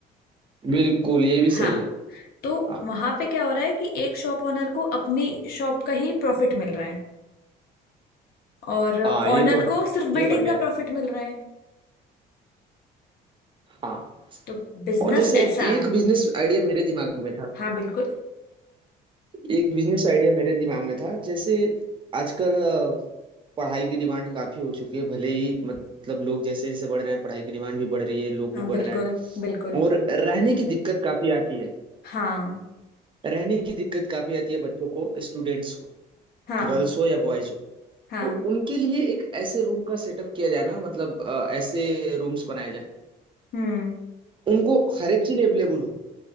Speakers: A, on the right; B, on the left.
A: बिल्कुल ये भी सही
B: हाँ
A: है
B: तो
A: हाँ
B: वहां पे क्या हो रहा है कि एक शॉप ओनर को अपनी शॉप का ही प्रॉफिट मिल रहा है और
A: हाँ
B: ओनर
A: ये तो है
B: को सिर्फ
A: ये
B: बिल्डिंग
A: बढ़िया
B: का
A: है
B: प्रॉफिट मिल रहा है
A: हाँ
B: तो बिजनेस
A: और जैसे
B: ऐसा
A: एक बिजनेस आइडिया मेरे दिमाग में था
B: हाँ बिल्कुल
A: एक बिजनेस आइडिया मेरे दिमाग में था जैसे आजकल अ, पढ़ाई की डिमांड काफी हो चुकी है भले ही मतलब लोग जैसे जैसे बढ़ रहे हैं पढ़ाई की डिमांड भी बढ़ रही है लोग
B: हाँ
A: भी
B: बिल्कुल
A: बढ़ रहे हैं
B: बिल्कुल
A: और रहने की दिक्कत काफी आती है
B: हाँ
A: रहने की दिक्कत काफी आती है बच्चों को स्टूडेंट्स को
B: हाँ
A: गर्ल्स हो या बॉयज हो
B: हाँ
A: तो उनके लिए एक ऐसे रूम का सेटअप किया जाए ना मतलब अ, ऐसे रूम्स बनाए जाए
B: हम्म
A: उनको हर एक चीज अवेलेबल हो